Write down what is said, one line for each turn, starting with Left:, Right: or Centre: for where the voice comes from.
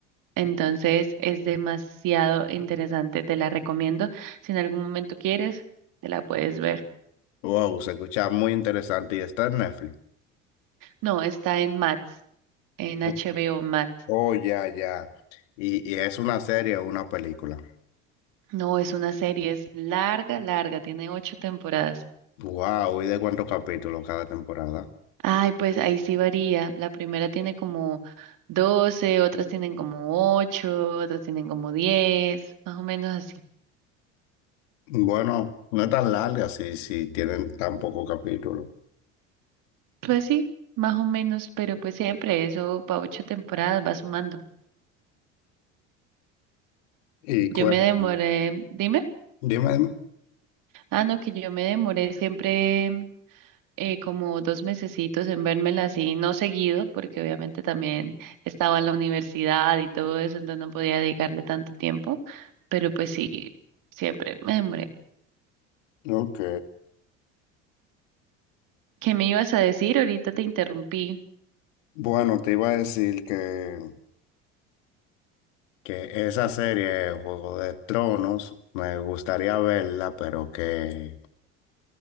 Right: Entonces es demasiado interesante, te la recomiendo. Si en algún momento quieres, te la puedes ver.
Left: Wow, se escucha muy interesante y está en Netflix.
Right: No, está en Max, en
Left: Oh,
Right: HBO Max.
Left: oh, ya, ya. Y, y es una serie o una película.
Right: No, es una serie, es larga, larga, tiene ocho temporadas.
Left: Wow, ¿y de cuántos capítulos cada temporada?
Right: Ay, pues ahí sí varía. La primera tiene como doce, otras tienen como ocho, otras tienen como diez, más o menos así.
Left: Bueno, no es tan larga si, si tienen tan poco capítulo.
Right: Pues sí, más o menos, pero pues siempre eso para ocho temporadas va sumando.
Left: Y cuéntame.
Right: Yo me demoré, dime.
Left: Dime, dime.
Right: Ah, no, que yo me demoré siempre eh, como dos mesecitos en vérmela así, no seguido, porque obviamente también estaba en la universidad y todo eso, entonces no podía dedicarle tanto tiempo, pero pues sí, siempre me demoré.
Left: Ok.
Right: ¿Qué me ibas a decir? Ahorita te interrumpí.
Left: Bueno, te iba a decir que que esa serie, Juego de Tronos, me gustaría verla, pero que